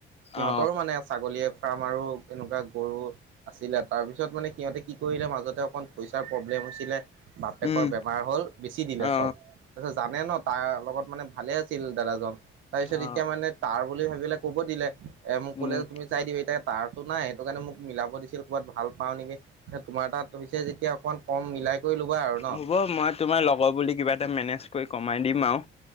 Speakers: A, on the right (about 75°); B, on the left (about 30°).
A: সিহঁতৰো
B: অ
A: মানে ছাগলীয়ে- ফাৰ্ম আৰু এনেকুৱা দুটা গৰু- আছিলে। তাৰপিছত মানে সিহঁতে কি কৰিলে মাজতে অকণমান পইচাৰ প্ৰব্লেম হৈছিলে- বাপেকৰ
B: উম
A: বেমাৰ হ'ল বেছি দিলে
B: অ
A: চব। তাৰপিছত জানে ন' তাৰ লগত মানে ভালে আছিল দাদাজন, তাৰপিছত
B: অ
A: এতিয়া মানে- কাৰ বুলি ভাবিলে কব দিলে এ' মোক
B: উম
A: ক'লে যে তুমি- চাই দিম, এতিয়া তাৰতো নাই সেইটো কাৰণে মোক মিলাব দিছিল কৰ'বাত ভাল পাওঁ নেকি। এতিয়া তোমাৰ তা'ত হৈছে যেতিয়া অকণমান কম মিলাই কৰি ল'বা আৰু ন।
B: হ'ব মই তোমাৰ লগৰ বুলি কিবা এটা মেনেজ কৰি কমাই দিম আৰু।